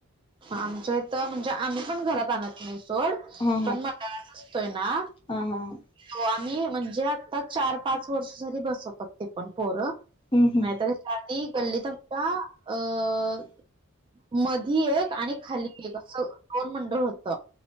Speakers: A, on the right (about 20°); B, on the left (about 25°).
A: आमच्या इथं म्हणजे आम्ही पण घरात आणत नाही सोड,
B: हा
A: पण मंडळाचा असतोय ना?
B: हा हा हा.
A: हो आम्ही म्हणजे आता चार, पाच वर्ष झाली बसवतात ते पण पोरं.
B: हम्म हम्
A: नाहीतर हेच्या आधी गल्लीत आमच्या अ मधी एक आणि खाली एक असं दोन मंडळ होत.